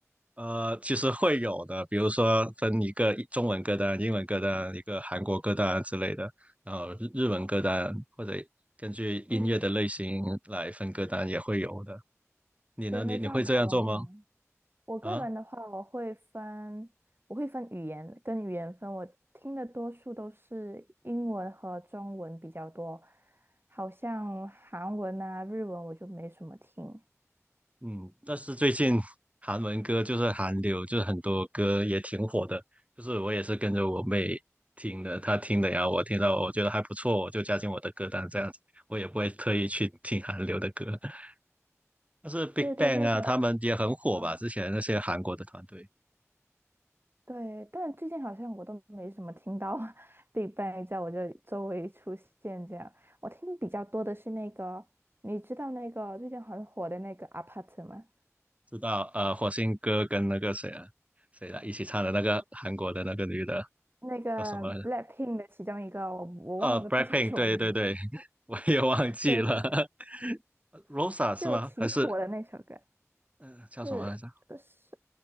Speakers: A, on the right; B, on the right.
A: 呃，其实会有的，比如说分一个中文歌单、英文歌单、一个韩国歌单之类的，然后日日文歌单，或者根据音乐的类型来分歌单也会有的。
B: <laughs> 嗯，
A: 你呢？
B: 对，
A: 你你会这样做吗？
B: 那这样比较容易吗？我个人的话，
A: 啊？
B: 我会分，我会分语言跟语言分。我听的多数都是英文和中文比较多，好像韩文啊、日文我就没什么听。
A: 嗯，但是最近 <laughs> 韩文歌就是韩流，就是很多歌也挺火的，就是我也是跟着我妹听的，她听的呀，我听到我觉得还不错，我就加进我的歌单这样子，我也不会特意去听韩流的歌。<laughs> 但是 Big
B: 对对，
A: Bang
B: 那个，
A: 啊，他们也很火吧？
B: 嗯，
A: 之前那些韩国的团队，
B: 对，但最近好像我都没什么听到 <laughs> Big Bang 在我这里周围出现这样。我听比较多的是那个，你知道那个最近很火的那个 Apart 吗？
A: 知道呃火星哥跟那个谁啊谁来一起唱的那个韩国的那个女的
B: 那个
A: 叫什么来着？
B: Blackpink 的其中一个，我我忘了他叫什么名字。
A: 呃，BLACKPINK，对对对，<laughs> 我也忘记了
B: 对对
A: <laughs>，Rosa 是吗？
B: 就挺火的那首歌，
A: 还是嗯、呃叫什么？
B: 是呃是
A: 来着？